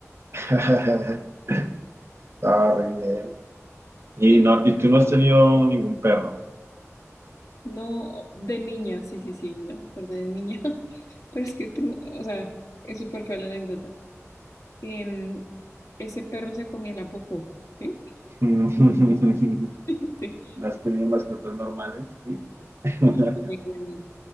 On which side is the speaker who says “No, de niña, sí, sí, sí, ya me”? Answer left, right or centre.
Left